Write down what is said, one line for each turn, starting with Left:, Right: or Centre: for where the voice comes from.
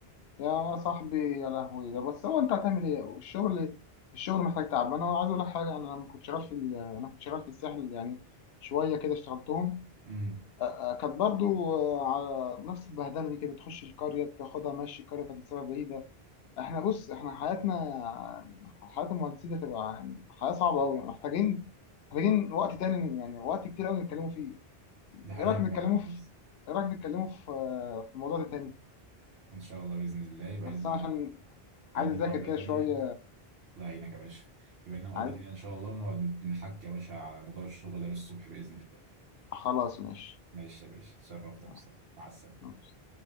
Left: يا صاحبي يا لهوي ده بس هو أنت هتعمل إيه الشغل الشغل محتاج تعب أنا عايز أقول لك حاجة أنا لما كنت شغال في ال... أنا كنت شغال في الساحل يعني شوية كده اشتغلتهم
Right: امم
Left: آه، آه، كانت برضو آه، على نفس البهدله دي كده تخش القريه تاخدها ماشي القريه كانت مسافه بعيده احنا بص احنا حياتنا حياه المهندسين ده تبقى يعني حياه صعبه قوي محتاجين محتاجين وقت تاني يعني وقت كتير قوي نتكلموا فيه
Right: دي حقيقه
Left: ايه رايك نتكلموا
Right: فعلا
Left: في
Right: يا اسطى.
Left: ايه رايك نتكلموا في آه، في الموضوع ده تاني
Right: ان شاء الله باذن الله يبقى
Left: بس
Right: لنا
Left: انا عشان
Right: يبقى
Left: عايز
Right: لنا
Left: اذاكر
Right: مقابله
Left: كده
Right: تانيه
Left: شويه
Right: الله يعينك يا باشا يبقى لنا مقابلة
Left: عايز
Right: تانية إن شاء الله ونقعد نحكي يا باشا على موضوع الشغل ده للصبح بإذن الله
Left: خلاص ماشي
Right: ماشي يا باشا اتشرفت يا مصطفى
Left: آه،
Right: مع السلامة
Left: ماشي.